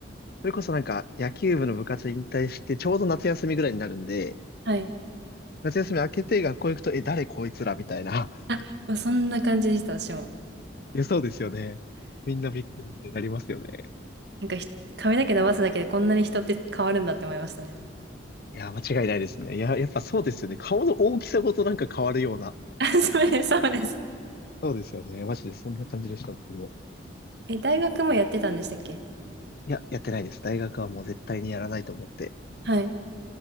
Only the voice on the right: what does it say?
はい。
あ、まあ、そんな感じでした、私も。
なんかひ、髪の毛伸ばすだけでこんなに人って変わるんだって思いましたね。
<laughs> あ、そうです、そうです。
え、大学もやってたんでしたっけ
はい。